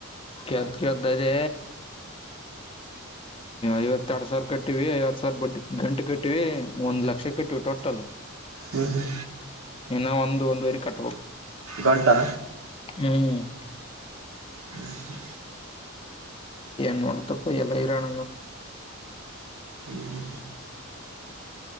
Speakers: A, on the left; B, on the right.
A: ಕೇಳತಾದ ಕೇಳತಾದ ಅದೇ ಐವತ್ತ ಎರಡ್ ಸಾವಿರ ಕಟ್ಟಿವ ಐವತ್ ಸಾವಿರ ಬ ಗಂಟೆ ಕಟ್ಟಿವ ಒಂದ್ ಲಕ್ಷ ಕಟ್ಟಿವವಿ ಟೋಟಲ್
B: ಹ್ಮ ಹಾ
A: ಇನ ಒಂದು ಒಂದು ಕಟ್ಟ
B: ಘಂಟಾ
A: ಹ್ಮ್
B: ಹ್ಮ
A: ನೋಡತೆಪಿ ಎಲ್ಲ ಹೈರಾಣ
B: ಹ್ಮ